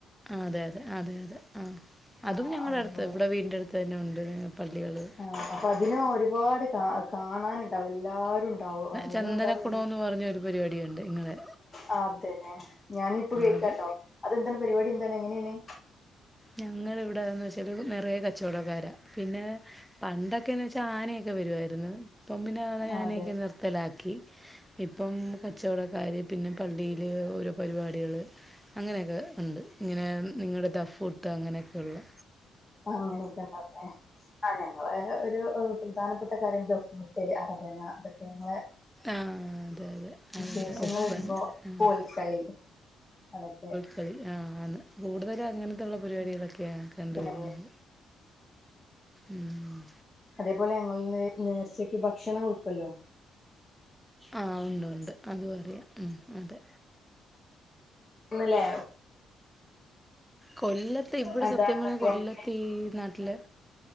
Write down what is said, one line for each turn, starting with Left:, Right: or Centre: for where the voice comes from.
Centre: അതെ അതെ അതെ അതെ ആഹ്
Left: ആ
Centre: അതും ഞങ്ങളുടെ
Left: അതേപോലെ
Centre: അടുത്ത് ഇവിടെ വീടിന്റെ അടുത്ത് തന്നെ ഉണ്ട് പള്ളികള്
Left: ആ അപ്പൊ അതിന് ഒരുപാട് കാ കാണാനുണ്ടാവും എല്ലാരും ഉണ്ടാവും അയനും
Centre: ചന്ദനക്കുടമെന്ന്
Left: ഉണ്ടാവും
Centre: പറഞ്ഞൊരു പരിപാടിയുണ്ട് ഇങ്ങളെ
Left: ആ അതെന്നെ ഞാനിപ്പൊ കേൾക്കാട്ടോ
Centre: അത്
Left: അതെന്താണ് പരിപാടി എന്താണ് എങ്ങനെയാണ്
Centre: ഞങ്ങ ഇവിടെന്ന് വെച്ചാല് നിറയ കച്ചവടക്കാരാ പിന്നെ പണ്ട ന്ന് വെച്ചാ ആനയൊക്കെ വരുവായിരുന്നു ഇപ്പം പിന്നെ
Left: ആ
Centre: ആനൊക്കെ നിർത്തലാക്കി ഇപ്പം കച്ചവടക്കാര് പിന്നെ പള്ളിൽ
Left: അതെല്ലേ
Centre: ഓരോ പരിപാടികൾ അങ്ങനെയൊക്കെ ഇണ്ട് ഇങ്ങനെ നിങ്ങളുടെ ദഫുട്ട് അങ്ങനെയൊക്കെയള്ളൂ
Left: അങ്ങനെയൊക്കെ ഉണ്ടാവട്ടെ ആഹ് ഞാ വള ഒരു പ്രധാനപ്പെട്ട കാര്യം ദൊഫ്മുട്ടെ അറബന ഇതൊക്കെ നിങ്ങളെ
Centre: ആഹ് അതെ അതെ
Left: വിശേഷങ്ങൾ
Centre: അതെ ഒപ്പന
Left: വരുമ്പോ
Centre: ആഹ്
Left: കോൽക്കളി അതൊക്കെ
Centre: കളി ആ് അ കൂടുതല അങ്ങനത്തുള്ള പരിപാടികളൊക്കെയ
Left: ഉം
Centre: കണ്ടുവരുന്നത്
Left: പിന്നെ
Centre: ഉം
Left: അതേപോലെ ഞങ്ങൾ നേർച്ചയ്ക്ക് ഭക്ഷണം കൊടുക്കുല്ലോ
Centre: ആ ഉണ്ട് ഉണ്ട് അത് പറയാ ഉം അതെ
Left: ന്നിലെ
Centre: കൊല്ലത്ത് ഇവിടെ
Left: എന്താണെന്നൊക്കെ
Centre: സത്യം പറഞ്ഞ കൊല്ലത്ത്
Left: പറഞ്ഞിട്ട്
Centre: ഈ നാട്ടില്